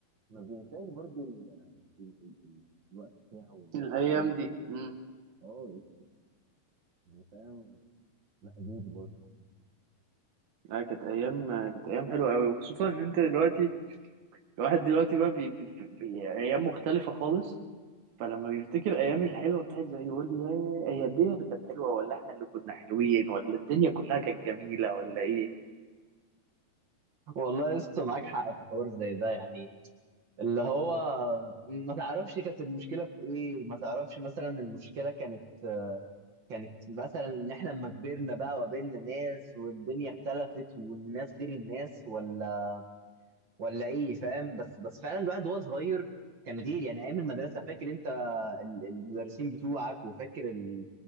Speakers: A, on the right; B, on the right.
A: ما بينساش برضو ال... ال... ال... ال- الوقت بتاعه والدنيا
B: الايام دي امم
A: اه يا اسطى، يعني فاهم مأجور برضه
B: اه كانت ايام كانت ايام حلوه قوي وخصوصا ان انت دلوقتي الواحد دلوقتي بقى بي... بي... بي... ايام مختلفه خالص فلما بيفتكر ايام الحلوه بتاعت زي يقول يا هي الدنيا اللي كانت حلوه ولا احنا اللي كنا حلوين ولا الدنيا كلها كانت جميله ولا ايه
A: والله يا اسطى معاك حق في حوار زي ده يعني اللي هو ما تعرفش كانت المشكلة في ايه ما تعرفش مثلا المشكلة كانت كانت مثلا ان احنا لما كبرنا بقى وقابلنا ناس والدنيا اختلفت والناس غير الناس ولا ولا ايه فاهم بس بس فعلا الواحد وهو صغير كان غير يعني ايام المدرسة فاكر انت ال- المدرسين بتوعك وفاكر ال...